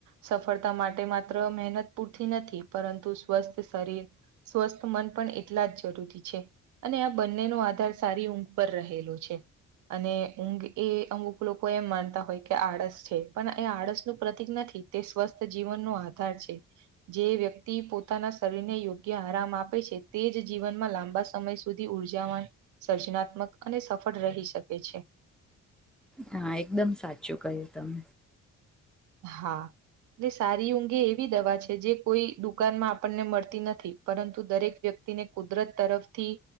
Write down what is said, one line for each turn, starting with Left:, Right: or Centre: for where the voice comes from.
Right: સફળતા માટે માત્ર મહેનત પૂરતી નથી, પરંતુ સ્વસ્થ શરીર સ્વસ્થ મન પણ એટલા જ જરૂરી છે. અને આ બંનેનો આધાર સારી ઊંઘ પર રહેલો છે. અને ઊંઘ એ અમુક લોકો એમ માનતા હોય કે આળસ છે. પણ એ આળસનું પ્રતિક નથી. તે સ્વસ્થ જીવનનો આધાર છે. જે વ્યક્તિ પોતાના શરીરને યોગ્ય આરામ આપે છે તેજ જીવનમાં લાંબા સમય સુ સુધી ઉર્જાવા, સર્જનાત્મક અને સફળ રહી શકે છે.
Centre: હા એકદમ સાચું કહ્યું તમે.
Right: હા ને સારી ઊંઘ એ એવી દવા છે જે કોઈ દુકાનમાં આપણને મળ તી નથી. પરંતુ દરેક વ્યક્તિને કુદરત તરફથી